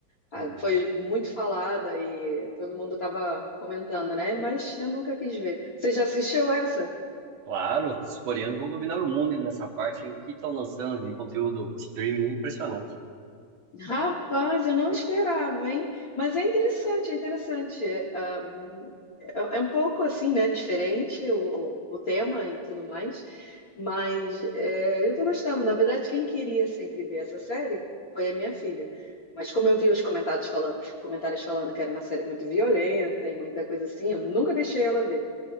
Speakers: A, on the left; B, on the right.
A: ah,
B: Hum,
A: foi muito falada e todo mundo estava comentando, né? Mas eu nunca quis ver. Você já assistiu essa?
B: claro, os coreanos vão dominar o mundo nessa parte em que estão lançando de conteúdo de streaming impressionante.
A: Rapaz, eu não esperava, hein? Mas é interessante, é interessante. Ahm, é, é um pouco assim, né? Diferente o, o tema e tudo mais. Mas é, eu tô gostando. Na verdade, quem queria sempre ver essa série foi a minha filha. Mas como eu vi os comentários falando, comentários falando que era uma série muito violenta e muita coisa assim, eu nunca deixei ela ver.